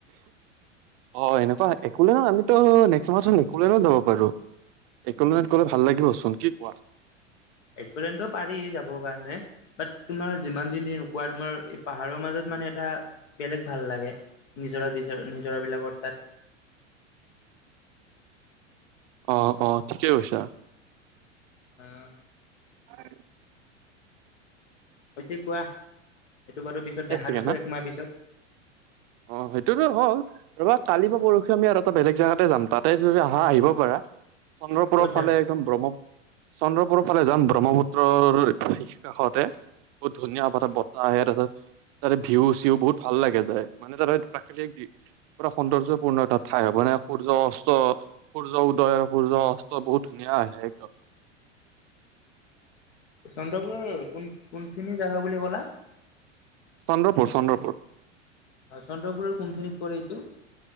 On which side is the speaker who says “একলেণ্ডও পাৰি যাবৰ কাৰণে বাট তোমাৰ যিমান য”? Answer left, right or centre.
Left